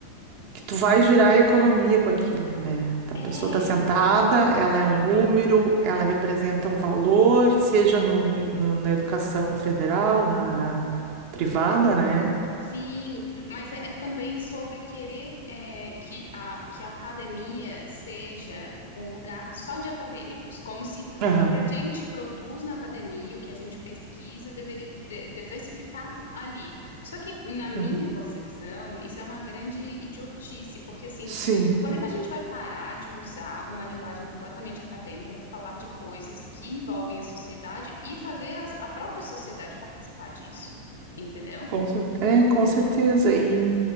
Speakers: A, on the right; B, on the left.
A: que tu vai girar a economia com aquilo, né? Tá,
B: é.
A: A pessoa está sentada, ela é um número, ela representa um valor, seja no, no- no- na educação federal, na, na privada, né?
B: Sim, mas é, é também sobre querer é, que a, que a academia seja um lugar só de acadêmicos, como se
A: Aham,
B: o que a gente produz na academia, o que a gente pesquisa, deveria, de- devesse ficar ali. Só que, na minha
A: aham.
B: concepção, isso é uma grande idiotice, porque assim,
A: Sim.
B: quando é que a gente vai parar de usar uma linguagem completamente acadêmica para falar de coisas que envolvem a sociedade e fazer as- a própria sociedade participar disso? Entendeu?
A: Com cer- É, com certeza. E,